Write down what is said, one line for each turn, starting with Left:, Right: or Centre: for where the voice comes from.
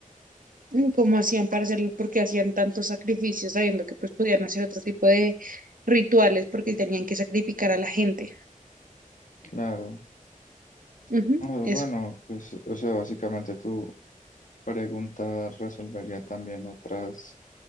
Right: y cómo hacían para hacerlo, porque hacían tantos sacrificios, sabiendo que pues podían hacer otro tipo de rituales porque tenían que sacrificar a la gente.
Left: Claro.
Right: Ujú,
Left: Ah,
Right: eso.
Left: Bueno, pues, o sea, básicamente tu pregunta resolvería también otras